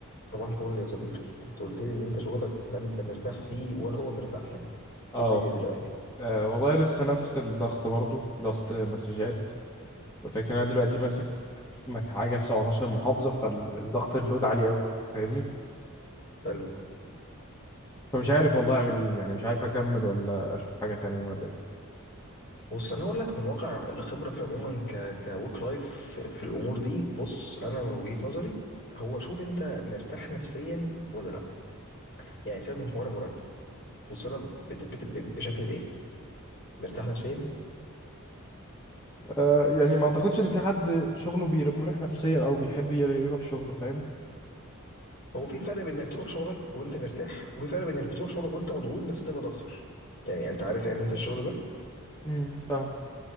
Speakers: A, on the left; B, on the left.
A: صباح الفل يا صديقي كنت قلت لي ان انت شغلك لا انت مرتاح فيه ولا هو مرتاح لك
B: اه
A: إيه الدنيا دلوقتي
B: آه، والله لسه نفس الضغط برضو ضغط مسجات والفكرة إن انا دلوقتي ماسك في مك- حاجة في 17 محافظة فالضغط اللود عالي قوي فاهمني
A: حلو
B: فمش عارف والله اعمل ايه يعني مش عارف اكمل ولا اشوف حاجة تانية ولا ايه
A: بص انا هقول لك من واقع الخبره في عموما ك كورك لايف في في الامور دي بص انا من وجهه نظري هو شوف انت مرتاح نفسيا ولا لا يعني سيبك من حوار المرتب بص لها بت- بت- ب- بشكل تاني مرتاح نفسيا
B: آه يعني ما اعتقدش ان في حد شغله بير- مريح نفسيا او بيحب ير- يروح شغله فاهم
A: هو في فرق بين انك تروح شغلك وانت مرتاح وفي فرق بين انك بتروح شغلك وانت مضغوط بس بتبقى اكتر يعني انت عارف فاهم انت الشغل ده
B: امم فاهم